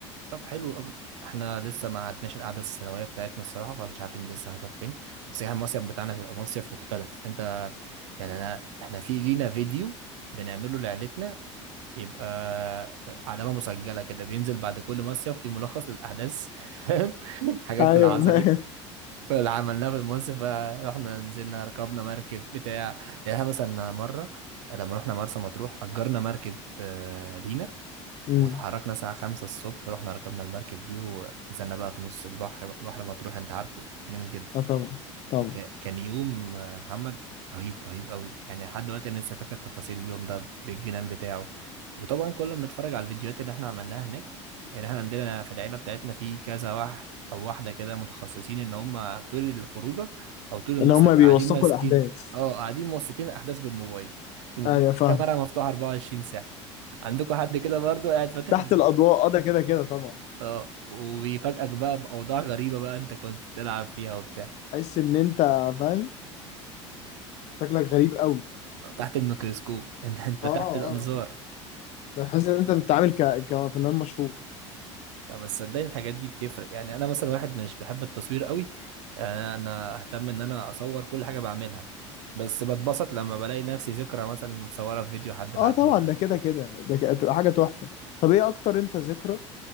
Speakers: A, on the right; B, on the left.
A: طب حلو قوي احنا لسه ما عدناش القعده السنويه بتاعتنا الصراحه فمش عارفين لسه هنروح فين بس احنا المصيف بتاعنا هيبقى مصيف مختلف انت يعني انا احنا في لينا فيديو بنعمله لعيلتنا يبقى علامه مسجله كده بينزل بعد كل مصيف في ملخص للاحداث <laughs> فاهم الحاجات
B: ايوه
A: اللي حصلت
B: <laughs>
A: اللي عملناها في المصيف بقى رحنا نزلنا ركبنا مركب بتاع يعني احنا مثلا مره لما رحنا مرسى مطروح اجرنا مركب آه، لينا
B: امم
A: واتحركنا الساعة خمسة الصبح ورحنا ركبنا المركب دي ونزلنا بقى في نص البحر بقى- بحر مطروح انت عارفه جامد جدا
B: اه طبعا طبعا
A: وكان يوم آه، محمد رهيب رهيب قوي يعني لحد دلوقتي انا لسه فاكر تفاصيل اليوم ده بالجنان بتاعه وطبعا كنا بنتفرج على الفيديوهات اللي احنا عملناها هناك يعني احنا عندنا في العيلة بتاعتنا في كذا واحد او واحدة كده متخصصين ان هم طول الخروجة او طول المصيف
B: اللي هما
A: قاعدين
B: بيوثقوا
A: ماسكين
B: الاحداث
A: اه قاعدين موثقين احداث بالموبايل الموبايل
B: ايوه فاهم
A: الكاميرا مفتوحة 24 ساعة عندكم حد كده برضه قاعد فاتح
B: تحت الاضواء اه ده كده كده طبعا
A: اه وبيفاجئك بقى باوضاع غريبه بقى انت كنت بتلعب فيها وبتاع
B: تحس ان انت فاهم شكلك غريب قوي
A: تحت الميكروسكوب <laughs> انت انت
B: اه
A: تحت الانظار
B: اه بحس ان انت بتتعامل ك... كفنان مشهور
A: لا، بس صدقني الحاجات دي بتفرق يعني انا مثلا واحد مش بحب التصوير قوي انا أنا اهتم ان انا اصور كل حاجه بعملها بس بتبسط لما بلاقي نفسي ذكرى مثلا متصوره في فيديو حد بعتهولي
B: اه طبعا ده
A: أو.
B: كده كده ده ك- هتبقى حاجه تحفه طب ايه اكتر انت ذكرى